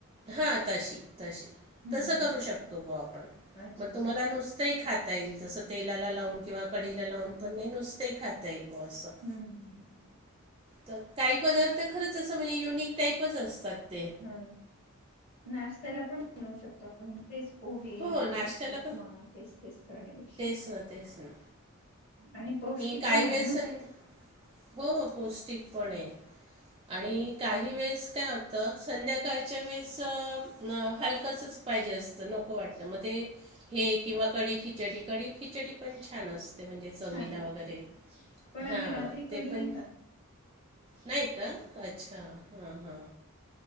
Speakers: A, on the right; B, on the left.
A: हा तशी तशी
B: हं
A: तसं
B: हं
A: करू शकतो, ब आपण
B: अच्छा
A: मग
B: अच्छा
A: तुम्हाला नुस तंही खाता येईल, तसं तेलाला लावून किंवा कढीला लावून पण नाही नुसतंही खाता येईल. ऑसम
B: हं हं
A: तर काही
B: अच्छा
A: पदार्थ खरंच असं म्हणजे युनिक टाईपच असतात ते.
B: ह नाश्त्याला पण बनवू शकतो आपण. तेच पोहे,
A: हो नाश्त्याला
B: र उपमा तेच तेच करण्यापेक्षा
A: स तेच ना.
B: आणि पौष्टिक
A: काही
B: पण आहे
A: वेळेस
B: ना.
A: सं हो हो पौष्टिकपण आहे आणि काही वेळेस काय हो तं संध्याकाळच्या वेळेस हलकासच पाहिजे असतं नक खावू वाटतं मग ते, हे किंवा कढी खिचडी, कढी खिचडी पण छान असते. ते म्हणजे चवीला
B: छान लागते
A: वगैरे,
B: पण
A: हा
B: आम्ही रात्री कडी
A: ते पण
B: नाही खात
A: नाही का, अच्छा हा हा..